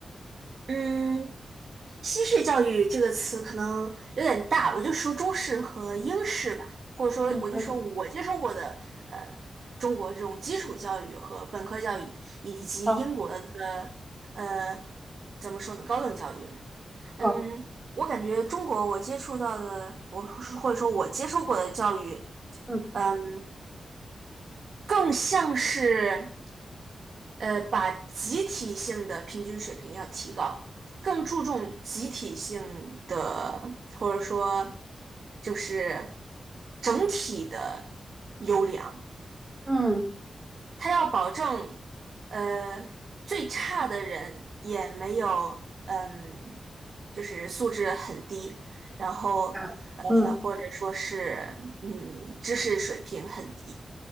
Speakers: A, on the right; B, on the right.
A: 嗯，西式教育这个词可能有点大，我就说中式和英式吧，或者说我就说我接受过的呃
B: 嗯，可以，
A: 中国这种基础教育和本科教育，以及英国的呃
B: 好，
A: 怎么说呢高等教育。
B: 好，
A: 嗯，我感觉中国我接触到的，我或者说我接受过的教育，
B: 嗯
A: 嗯，更像是呃把集体性的平均水平要提高，更注重集体性的。或者说就是整体的优良，
B: 嗯
A: 他要保证呃最差的人也没有嗯就是素质很低，然后
B: 啊，嗯
A: 呃或者说是嗯知识水平很低，